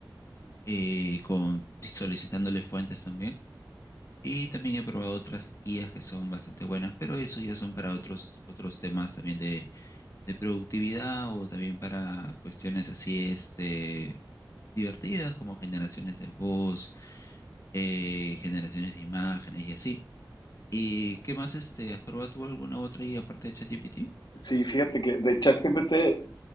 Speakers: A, on the left (about 40°); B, on the left (about 65°).
A: eh, con solicitándole fuentes también. Y también he probado otras IAs que son bastante buenas, pero eso ya son para otros, otros temas también de, de productividad o también para cuestiones así, este, divertidas como generaciones de voz, eh, generaciones de imágenes y así. ¿Y qué más, este, has probado tú alguna otra IA aparte de ChatGPT?
B: Sí, fíjate que de ChatGPT he,